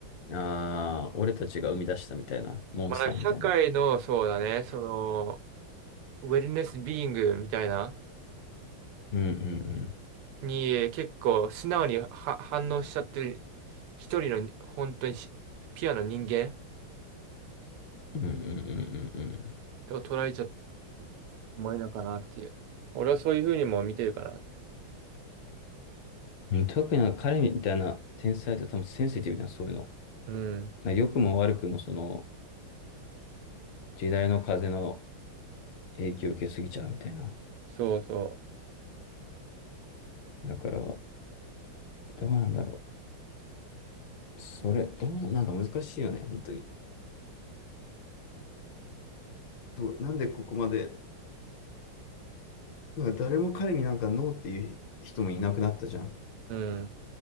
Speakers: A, on the left (about 70°); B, on the right (about 85°).
A: うん。ああ、俺たちが生み出したみたいな、モンスターみたいな。
B: まあ、なんか社会の、そうだね、その、ウェルネス・ビーイングみたいな、
A: うんうん
B: に結構素直には反応しちゃってる、一人の本当にしピュアな人間
A: うん。うんうんうんうん
B: と捉えちゃってもいいのかなっていう。俺はそういうふうにも見てるかな。
A: うん。特に彼みたいな天才って多分センシティブじゃん、そういうの。
B: うん。
A: まあ良くも悪くもその時代の風の影響を受けすぎちゃうみたいな。
B: そうそ
A: だから、どうなんだろう。それ、どうな、なんか難しいよね、本当に。どう、なんでここまで、なんか誰も彼になんかノーっていう人もいなくなったじゃん。
B: う。うん。